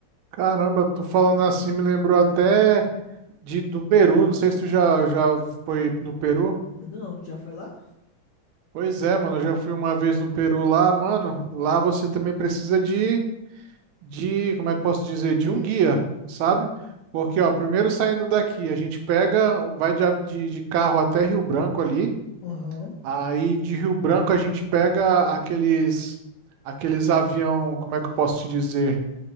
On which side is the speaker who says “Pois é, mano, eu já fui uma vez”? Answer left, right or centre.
Right